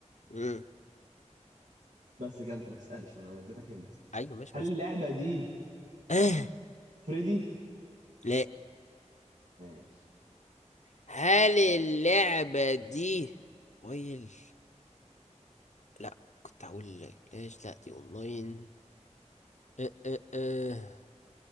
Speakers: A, on the left; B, on the right.
A: مم.
B: بس كده انت ما تسالش انا اديتك انت
A: أيوه ماشي
B: هل
A: ما نزل
B: اللعبه دي
A: آه
B: فريدي
A: لا
B: ماشي
A: هل اللعبة دي ويل لا كنت هقول لك ليش لا دي اونلاين أه أه أه.